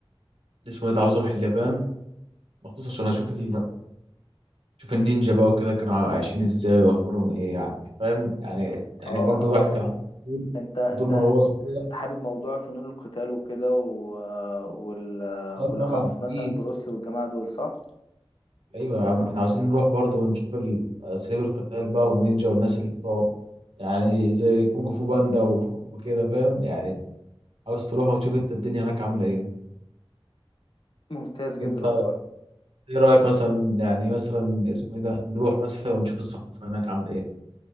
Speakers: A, on the right (about 75°); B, on the left (about 60°).
A: اسمه ايه ده عاوز اروح اليابان مخصوص عشان اشوف ال... اشوف النينجا بقى وكده كانوا عايشين ازاي واخبارهم ايه يعني فاهم يعني يعني
B: اه
A: برضو
B: اه
A: واحد كان عنده فضول
B: انت انت
A: فضول من
B: انت
A: وهو صغير
B: أنت حابب موضوع فنون القتال وكده و... وال...
A: اه
B: وبالأخص
A: طبعا
B: مثلا
A: اكيد
B: بروسلي والجماعة دول صح؟
A: ايوه يا عم احنا عاوزين نروح برضو ونشوف ال- اساليب القتال بقى والنينجا والناس اللي بتقعد يعني زي كونج فو باندا و... <laughs> وكده فاهم يعني عاوز تروح وتشوف انت الدنيا هناك عامله ايه
B: ممتاز جدا
A: انت
B: والله
A: ايه رايك مثلا يعني مثلا اسمه ايه ده نروح مثلا ونشوف الثقافه هناك عامله ايه